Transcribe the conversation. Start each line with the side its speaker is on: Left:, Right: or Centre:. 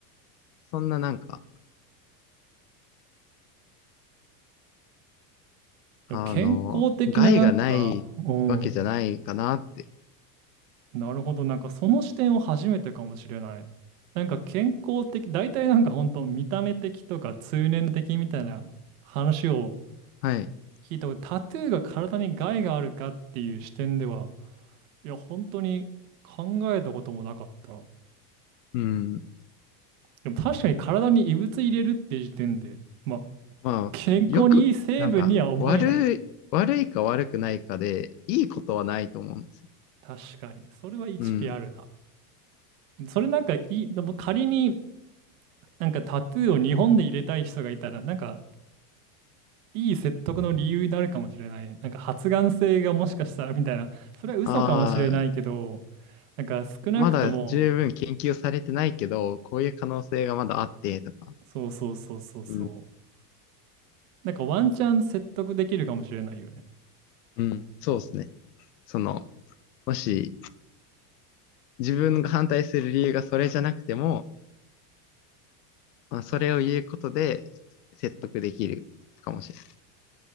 Left: そんななんか、あの、
Right: でも健康的ななんか、
Left: 害がないわけじゃないかなって。
Right: うん、なるほど、なんかその視点を初めてかもしれない。なんか健康的、大体なんか本当見た目的とか通念的みたいな話を
Left: はい。
Right: 聞いたこと、タトゥーが体に害があるかっていう視点では、いや、本当に考えたこともなかった。
Left: うん。
Right: でも確かに体に異物入れるって時点で、まあ、
Left: まあ、
Right: 健康にいい成分には思えない。
Left: よく、なんか、悪い、悪いか悪くないかで、いいことはないと思うんですよ。
Right: 確かに。それは一理あるな。
Left: うん。
Right: それなんかいい、でも仮になんかタトゥーを日本で入れたい人がいたら、なんかいい説得の理由になるかもしれないね。なんか発がん性がもしかしたらみたいな。それは嘘かもしれないけど、
Left: ああ、
Right: なんか少なくとも、
Left: まだ十分研究されてないけど、こういう可能性がまだあって、とか。
Right: そうそうそうそうそう。
Left: うん。
Right: なんかワンチャン説得できるかもしれないよね。
Left: うん。そうですね。その、もし、自分が反対する理由がそれじゃなくても、まあ、それを言うことで説得できるかもしれない。